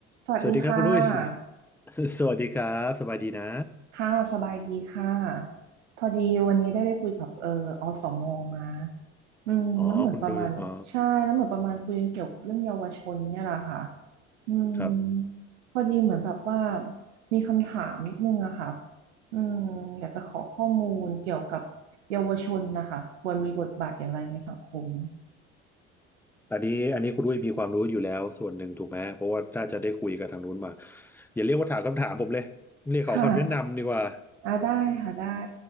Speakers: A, on the right; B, in the centre.
A: สวัสดีค่ะ
B: สวัสดีครับคุณอุ้ย <laughs> สสวัสดีครับสบายดีนะ
A: ค่ะสบายดีค่ะพอดีวันนี้ได้ไปคุยกับเอ่ออสมมาอืมแล้วเหมือนประมาณใช่แล้วเหมือนประมาณคุยกันเกี่ยวกับเรื่องเยาวชนเนี่ยแหละค่ะ
B: อ๋อคุณอุ้ยอ๋อ
A: อืม
B: ครับ
A: พอดีเหมือนแบบว่ามีคำถามนิดนึงอะค่ะอืมอยากจะขอข้อมูลเกี่ยวกับเยาวชนนะคะควรมีบทบาทอย่างไรในสังคม
B: อันนี้อันนี้คุณอุ้ยมีความรู้อยู่แล้วส่วนหนึ่งถูกไหม เพราะว่าน่าจะได้คุยกับทางนู้นมาอย่าเรียกว่าถามคำถามผมเลยเรียกขอคำแนะนำดีกว่า
A: ค่ะอ่าได้ค่ะได้